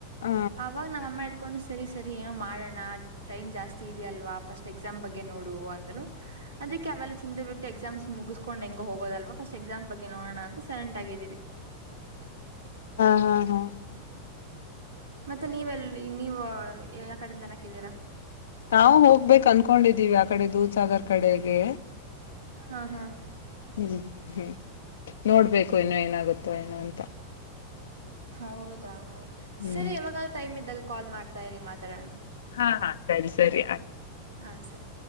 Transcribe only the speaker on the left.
ಹ
ಹಾ ಹಾ ಹಾ ಹಾ
ನಾವು ಹೋಗ್ಬೇಕ್ ಅನ್ಕೊಂಡಿದೀವಿ ಆ ಕಡೆ ದೂದಸಾಗರ್ ಕಡೆಗೆ
ಹ್ಮ್ ಹ್ಮ್ ನೋಡ್ಬೇಕು ಇನ್ನು ಏನಾಗುತ್ತೋ ಏನೋ ಅಂತ
ಹ್ಮ್
ಹಾ ಹಾ ಸರಿ ಸರಿ ಆಯ್ತು